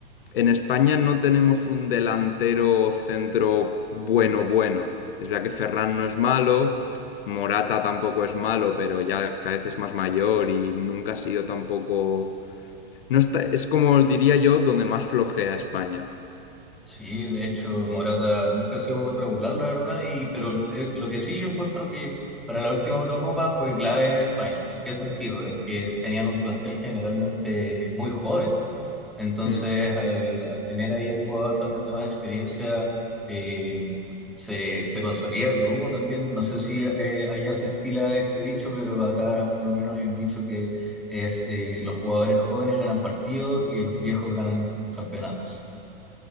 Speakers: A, on the left; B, in the centre.
A: en España no tenemos un delantero centro bueno, bueno. Es verdad que Ferran no es malo, Morata tampoco es malo, pero ya cada vez es más mayor y nunca ha sido tampoco... No está... Es como diría yo, donde más flojea España.
B: Sí, de hecho, Morata nunca ha sido muy regular, la verdad, y, pero eh, lo que sí yo encuentro que para la última Eurocopa fue clave en España. ¿En qué sentido? En que tenían un plantel generalmente muy joven. Entonces,
A: Mm.
B: al, al tener ahí un jugador también de más experiencia, eh, se, se consolida el grupo también. No sé si eh, allá se estila este dicho, pero acá por lo menos hay un dicho que es eh, los jugadores jóvenes ganan partidos y los viejos ganan campeonatos.